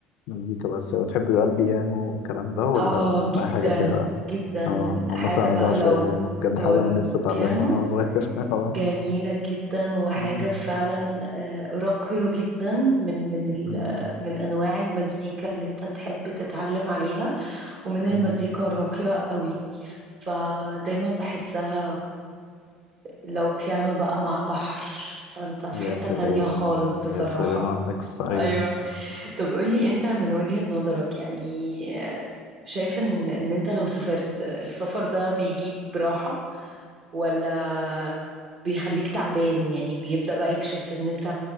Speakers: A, on the left; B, on the right.
A: مزيكا بس بتحبي بقى البيانو والكلام ده ولا
B: آه
A: بتسمعي
B: جدا
A: حاجة فيها بقى؟
B: جدا
A: اه عامة
B: حاجة
A: أنا
B: بقى
A: بعشق
B: لو
A: البيانو بجد
B: لو
A: حاجة
B: البيانو
A: من نفسي أتعلمها من وأنا صغير <laughs> اه
B: جميلة جدا وحاجة
A: أمم،
B: فعلا آه، راقية جدا من من ال
A: أمم،
B: من أنواع المزيكا اللي أنت تحب تتعلم عليها ومن المزيكا
A: أمم.
B: الراقية قوي فدايما بحسها لو بيانو بقى مع بحر فأنت في
A: يا
B: حتة
A: سلام
B: تانية خالص بصراحة
A: يا سلام على الميكس أيوه
B: أيوة طب قولي أنت من وجهة نظرك يعني آه، شايف إن إن أنت لو سافرت السفر ده بيجيب راحة ولا بيخليك تعبان يعني بيبدأ بقى يكشف ان انت